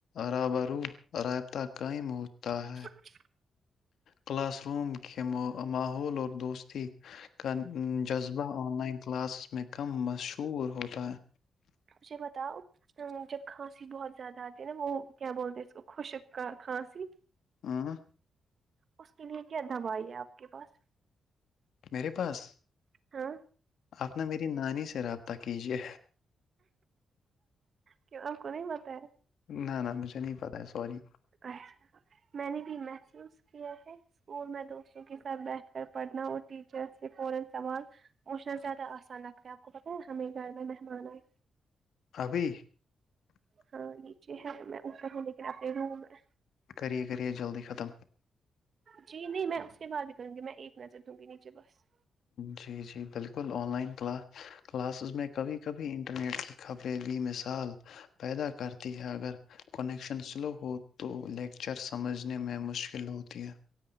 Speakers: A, on the left; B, on the right.
A: روبرو رابطہ قائم ہوتا ہے
B: اچ
A: کلاس روم کے ماحول اور دوستی کا جذبہ آن لائن کلاسز میں کم مشہور ہوتا ہے
B: مجھے بتاؤ جب کھانسی بہت زیادہ آتی ہے نا وہ کیا بولتے ہیں اس کو خشک کا کھانسی
A: ہاں
B: اس کے لیے کیا دوائی ہے آپ کے پاس
A: میرے پاس
B: ہاں
A: آپ‌ نا میری نانی سے رابطہ کیجیے
B: کیوں اپ کو نہیں پتہ ہے
A: نہ نہ مجھے نہیں پتہ ہے سوری
B: اچھا میں نے بھی محسوس کیا ہے اسکول میں دوستوں کے ساتھ بیٹھ کر پڑھنا اور ٹیچر سے فورن سوال پوچھنا زیادہ آسان لگتا ہے آپ کو پتہ ہے ہمیں گھر میں مہمان آئے
A: ابھی
B: ہاں نیچے ہے میں اوپر ہوں لیکن اپنے روم میں
A: کرے کرے جلدی ختم
B: جی نہیں میں اس کے بعد بھی کروں گی میں ایک نظر دوں گی نیچے بس
A: جی جی بالکل آن لائن کلا کلاسز میں کبھی کبھی انٹرنیٹ کی خبریں بھی مثال پیدا کرتی ہیں اگر کنیکشن سلو ہو تو لیکچر سمجھنے میں مشکل ہوتی ہے